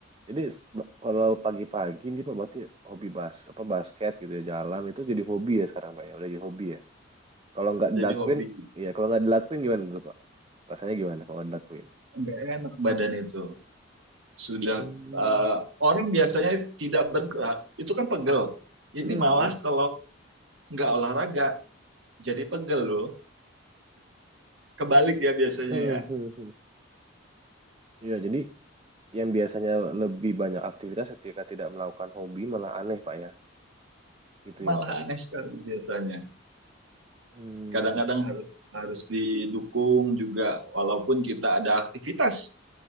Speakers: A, on the right; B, on the right.
A: Jadi s- ba- kalau pagi-pagi nih Pak berarti hobi bas apa basket gitu ya jalan itu jadi hobi ya sekarang Pak ya, udah jadi hobi ya. Kalau nggak
B: Jadi
A: dilakuin,
B: hobi.
A: ya kalau nggak dilakuin gimana tuh Pak? Rasanya gimana kalau nggak dilakuin?
B: Enggak enak badan itu. Sudah
A: Hmm.
B: eh, orang biasanya tidak bergerak, itu kan pegel. Ini
A: Hmm.
B: malah kalau nggak olahraga jadi pegel loh. Kebalik ya biasanya
A: Hmm.
B: ya.
A: Hmm. Hmm. Iya, jadi yang biasanya lebih banyak aktivitas ketika tidak melakukan hobi malah aneh Pak ya. Gitu
B: Malah
A: ya Pak.
B: aneh sekali biasanya.
A: Hmm,
B: kadang-kadang harus, harus didukung juga walaupun kita ada aktivitas